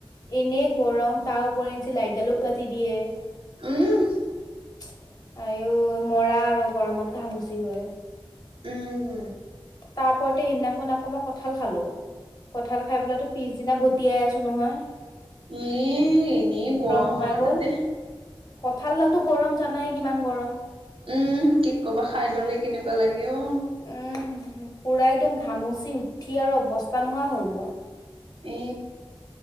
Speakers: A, on the left; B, on the right.
A: এনেই গৰম তাৰ ওপৰে এঞ্চ <unintelligible> লাইটডালো কাটি দিয়ে আই
B: উম,
A: ঐ আৰু মৰা আৰু গৰমত ঘামুচি হৈ
B: উম উ
A: তাৰোপৰতে সেই দিনা খন মই আক কথা কঁঠাল খালো কঁঠাল খাই পেলাইটো পিছদিনা বতিয়াই আছো নহয়।
B: এই এনে গৰম
A: সোমাই
B: আৰু
A: গ'ল।
B: তাতে
A: কঁঠালডালতো গৰম জানাই কিমান গৰম।
B: উম কি কবা খাই ললে কেনেকুৱা লাগে। অ'।
A: উম পুৰা একদম ঘামুচি উঠি আৰু অৱস্থা নোহোৱা হ'ল মোৰ।
B: এ